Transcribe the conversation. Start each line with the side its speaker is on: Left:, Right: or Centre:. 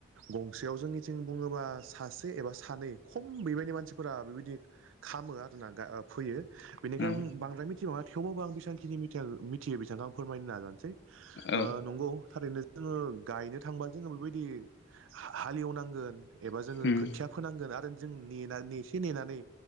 Right: गंसेयाव जोंनिथिं बुङोबा सासे एबा सानै खम बेबायदि मानसिफोरा बेबायदि खामो आरोना फैयो बेनिखाय
Left: उम
Right: आं
Left: उम
Right: बांद्राय मिथिबङा थेवबाबो आं बेबांखिनि मिथियो बेसांखौ आं फोरमायनो नाजानोसै सै
Left: औ
Right: नंगौ थारैनो जोङो गायनो थांबा जोङो बेबायदि हालेवनांगोन एबा जोङो
Left: उम
Right: खोथिया फोनांगोन आरो जों नेसे नेनानै